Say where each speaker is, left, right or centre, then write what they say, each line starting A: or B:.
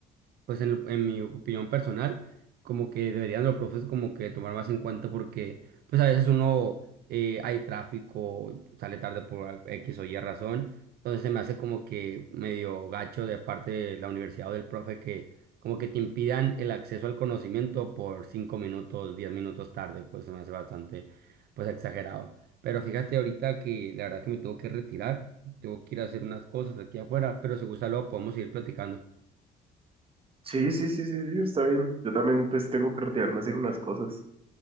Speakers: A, on the right; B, on the right.
A: pues en, lo- en mi opinión personal, como que deberían los profes como que tomar más en cuenta porque pues a veces uno eh, hay tráfico, sale tarde por a- X o Y razón, entonces se me hace como que medio gacho de parte de la universidad o del profe que como que te impidan el acceso al conocimiento por cinco minutos, diez minutos tarde, pues se me hace bastante pues exagerado. Pero fíjate ahorita que la verdad que me tengo que retirar, tengo que ir a hacer unas cosas aquí afuera, pero si gusta luego podemos seguir platicando.
B: Sí, sí, sí, sí, sí, está bien. Yo también pues tengo que retirarme a hacer unas cosas.